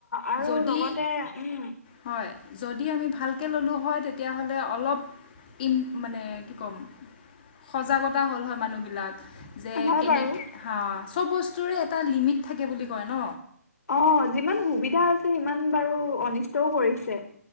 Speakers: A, on the left; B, on the left.
A: আৰু
B: যদি
A: লগতে উম
B: হয় যদি আমি ভালকৈ ল'লোঁ হয় তেতিয়াহ'লে অলপ ইম মানে কি ক'ম সজাগতা হ'ল হয় মানুহবিলাক যে
A: হয়
B: কেনেকে
A: বাৰু
B: হা চব বস্তুৰে এটা লিমিট থাকে বুলি কয় ন
A: অ যিমান সুবিধা হৈছে সিমান বাৰু অনিষ্টও কৰিছে